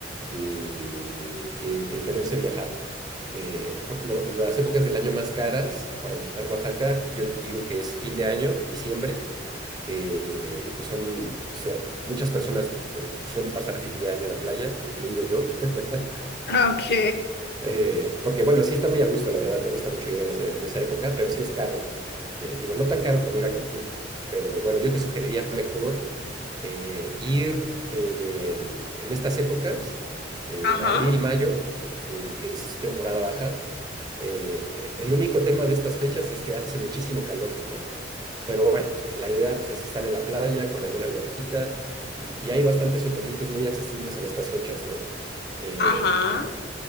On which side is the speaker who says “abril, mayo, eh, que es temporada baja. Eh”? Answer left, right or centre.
Right